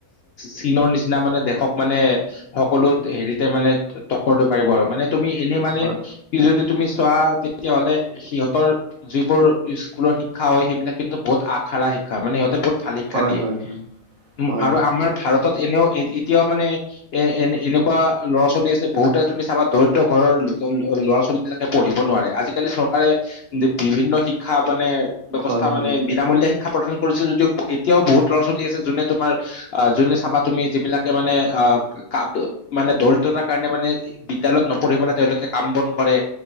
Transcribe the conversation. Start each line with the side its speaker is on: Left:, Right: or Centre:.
Left: চীনৰ নিচিনা মানে দেশক মানে সকলো হেৰিতে মানে তক্কৰটো মাৰিব আৰু মানে তুমি এনে মানে
Right: হয়
Left: কি যদি তুমি চোৱা তেতিয়াহ'লে সিহঁতৰ যিবোৰ স্কুলৰ শিক্ষা হয়, সেইবিলাক কিন্তু বহুত আখাৰা শিক্ষা হয় মানে সিহঁতে বহুত ভাল শিক্ষা
Right: হয়
Left: দিয়ে,
Right: হয়
Left: উম
Right: হয়
Left: আৰু
Right: হয়
Left: আমাৰ ভাৰতত এনেও এতিয়াও মানে এ এনে এনেকুৱা ল'ৰা-ছোৱালী আছে বহুতে তুমি চাবা দৰিদ্ৰ ঘৰৰ ল'ৰা-ছোৱালী বিলাকে পঢ়িব নোৱাৰে, আজিকালি চৰকাৰে বিভিন্ন শিক্ষা মানে ব্যৱস্থা
Right: হয়
Left: মানে বিনামূলীয়া শিক্ষা প্ৰদান কৰিছে, যদিও এতিয়াও বহুত ল'ৰা-ছোৱালী আছে। যোনে তোমাৰ অ' যোনে চাবা তুমি যিবিলাকে মানে আ <unintelligible> মানে দৰিদ্ৰতাৰ কাৰণে মানে বিদ্যালয়ত নপঢ়ি পেলাই তেওঁলোকে কাম বন কৰে।